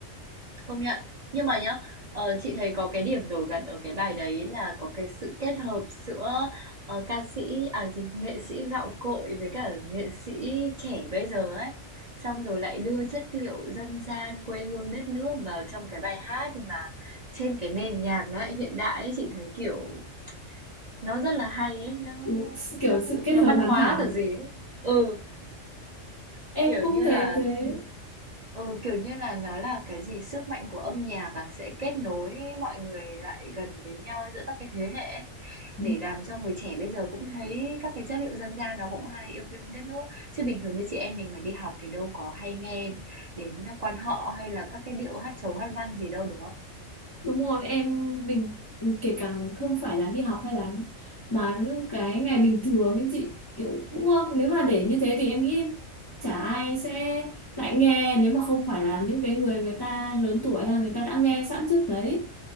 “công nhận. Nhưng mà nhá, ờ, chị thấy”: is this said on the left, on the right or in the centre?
Right